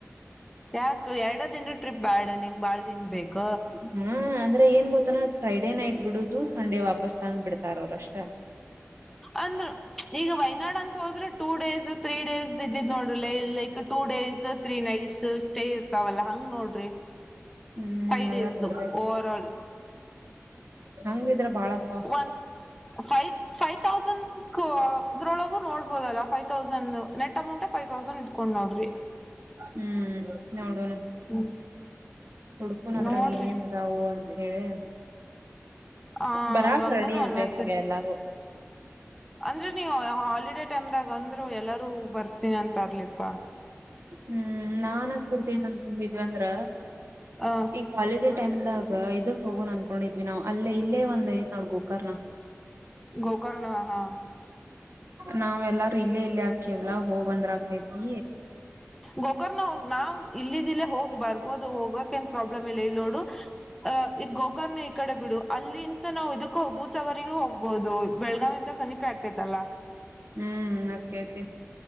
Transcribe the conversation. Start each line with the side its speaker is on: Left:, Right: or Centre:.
Centre: ಯಾಕು ಎರಡ ದಿನ ಟ್ರಿಪ್ ಬ್ಯಾಡ ನಿಂಗ್ ಬಾಳ್ ದಿನ ಬೇಕ
Right: ಹ್ಮ ಅಂದ್ರೆ ಏನ್ ಗೊತ್ತಾನ ಫ್ರೈಡ್ ಡೇ ನೈಟ್ ಬಿಡುದು ಸಂಡೆ ವಾಪಸ್ ತಂದು್ ಬಿಡ್ತಾರ ಅವರಷ್ಟ
Centre: ಅಂದ್ರು ಈಗ ವಯನಾಡ್ ಅಂತ ಹೋದ್ರೆ ಟೂ ಡೇಸ್ ತ್ರೀ ಡೇಸ್ ಇದ್ದಿದ್ ನೋಡ್ರ ಲ like two days three night stay ಇರ್ತಾವಲ್ಲ ಹಂಗ್ ನೋಡ್ರಿ
Right: ಹ್ಮ್
Centre: ಫೈವ
Right: ಅದ
Centre: ಡೇಸ್
Right: ನೋಡ್ಬೇಕ
Centre: ಓವರ್ ಆಲ್
Right: ಹಂಗಿದ್ರ ಬಾಳಕ
Centre: ಒನ್ ಫೈವ್ ಫೈವ್ ತೌಸಂಡ್ ಅದ್ರೊಳಗೂ ನೋಡ್ಬೋದಲ್ಲ five thousand net amount five thousand ಇಟ್ಕೊಂಡ್ ನೋಡ್ರಿ
Right: ಹ್ಮ್ ನೋಡನು
Centre: ಹ್ಮ್
Right: ಹುಡ್ಕುನ ಅದ್ರಾಗ
Centre: ನೋಡ್ರಿ
Right: ಏನೇನ್ ಇದದಾವ ಅಂತ ಹೇಳಿ
Centre: ಆ
Right: ಬರಾಕ್
Centre: ಹಂಗಂಗನು
Right: ರೆಡಿ ಇರ್ಬೇಕು
Centre: ಅನ್ನತಿರ್
Right: ಎಲ್ಲಾರು
Centre: ಅಂದ್ರೆ ನೀವು ಹಾಲಿಡೇ ಟೈಮ್ಗ ಅಂದ್ರು ಎಲ್ಲಾರೂ ಬರ್ತೀನಿ ಅಂತರ್ಲಿಪಾ
Right: ಹ್ಮ್ ನಾನ್ ಸ್ಫೂರ್ತಿ ಏನ್ ಅನ್ಕೊಂಡಿದ್ವಿ ಅಂದ್ರ
Centre: ಅ
Right: ಈ ಕಾಲೇಜ ಟೈಮ್ದಾಗ ಇದಕ್ ಹೋಗೋಣ ಅನ್ಕೊಂಡಿದ್ವಿ ನಾವವು ಅಲ್ಲೇ ಇಲ್ಲೇ ಒಂದ್ಐದ್ ನಡ್ಗು ಕರ್ನಾ
Centre: ಗೋಕರ್ಣ ಹಾ
Right: ನಾವ ಎಲ್ಲಾರು ಇಲ್ಲೇ ಇಲ್ಲೇ ಹಾಕ್ಯವ್ಲಾ ಹೋಗ ಬಂದ್ರ ಆಕೈತಿ
Centre: ಗೋಕರ್ನ ಹೋಗ್ ನಾವ್ ಇಲ್ಲಿದ್ದಿಲ್ಲೇ ಹೋಗ್ ಬರ್ಬೋದು ಹೋಗಕ ಏನ್ ಪ್ರಾಬ್ಲಮ್ ಇಲ್ಲ ಇಲ್ ನೋಡು ಅ ಗೋಕರ್ನ ಕಡೆ ಬಿಡು ಅಲ್ಲಿ ಇಂತ ನಾ್ ಇದಕ್ಕ ದೂ ಸಗರಿಗೂ ಹೋಗ್ಬಹುದು ಬೆಳಗಾವ್ ಇಂತ ಸಿಪೆ ಹಾಕೈತಲ್ಲ
Right: ಹ್ಮ್ ನಕೈತೆ